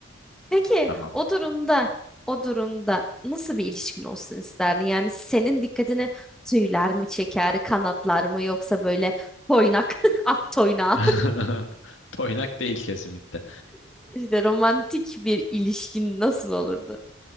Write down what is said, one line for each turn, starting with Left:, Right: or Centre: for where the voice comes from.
Centre: Peki
Left: Tamam.
Centre: o durumda o durumda nasıl bir ilişkin olsun isterdin? Yani senin dikkatini tüyler mi çeker, kanatlar mı yoksa böyle toynak, <laughs> at toynağı
Left: <laughs> Toynak değil kesinlikle.
Centre: <laughs> işte romantik bir ilişkin nasıl olurdu?